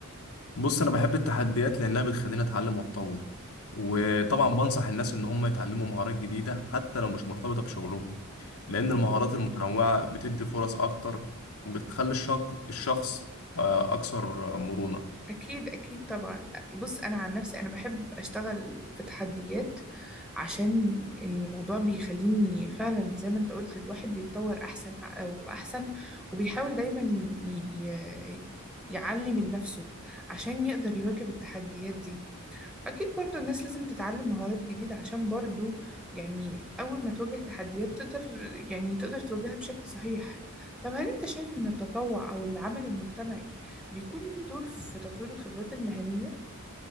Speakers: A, on the left (about 80°); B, in the centre.
A: بص انا بحب التحديات لانها بتخليني اتعلم واتطور وطبعا بنصح الناس ان هم يتعلموا مهارات جديده حتى لو مش مرتبطه بشغلهم لان المهارات
B: أنا
A: المتنوعه بتدي فرص اكتر وبتخلي الشخ- الشخص آه، اكثر مرونه
B: أكيد أكيد طبعا بص أنا عن نفسي أنا بحب أشتغل في تحديات عشان الموضوع بيخليني فعلا زي ما أنت قلت الواحد بيتطور أحسن أو أحسن وبيحاول دايما ي... ي... يعلي من نفسه عشان يقدر يواكب التحديات دي أكيد برضو الناس لازم تتعلم مهارات جديدة عشان برضو يعني أول ما تواجه تحديات تقدر يعني تقدر تواجهها بشكل صحيح طب هل أنت شايف إن التطوع أو العمل المجتمعي بيكون ليه دور في تطوير الخبرات المهنية؟